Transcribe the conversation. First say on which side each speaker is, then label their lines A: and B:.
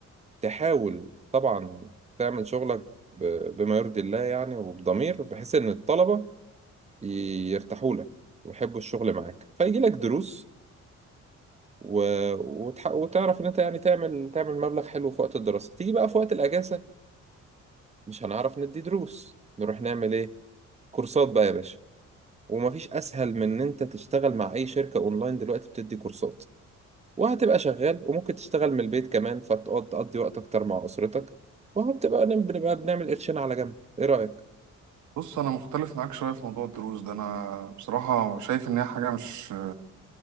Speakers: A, on the right; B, on the right.
A: تحاول طبعا تعمل شغلك ب- بما يرضي الله يعني وبضمير بحيث ان الطلبة ي- يرتاحوا لك ويحبوا الشغل معاك فيجي لك دروس و... وتح... وتعرف ان انت يعني تعمل تعمل مبلغ حلو في وقت الدراسة تيجي بقى في وقت الاجازة مش هنعرف ندي دروس نروح نعمل ايه كورسات بقى يا باشا ومفيش اسهل من ان انت تشتغل مع اي شركة اونلاين دلوقتي بتدي كورسات وهتبقى شغال وممكن تشتغل من البيت كمان فتقعد تقضي وقت اكتر مع اسرتك وهتبقى نب- بنبقى بنعمل قرشين على جنب ايه رأيك
B: بص انا مختلف معاك شوية في موضوع الدروس ده انا بصراحة شايف ان هي حاجة مش